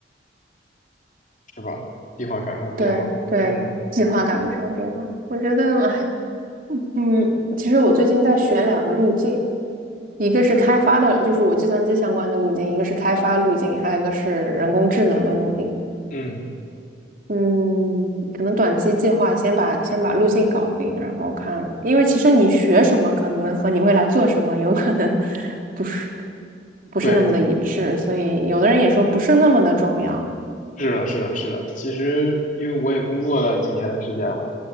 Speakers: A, on the left; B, on the right.
A: 是吧？计划赶上变化。
B: 对对，
A: 嗯
B: 计划赶不上变化。我觉得，哎，嗯，其实我最近在选两个路径，一个是开发的，就是我计算机相关的路径，一个是开发路径，还有一个是人工智能的路径。
A: 嗯，
B: 嗯，可能短期计划先把先把路径搞定，然后看，因为其实你学什么可能和你未来做什么有可能不是不是那么的一致，
A: 对，
B: 所以有的人也说不是那么的重要。
A: 是的，是的，是的。其实因为我也工作了几年的时间了，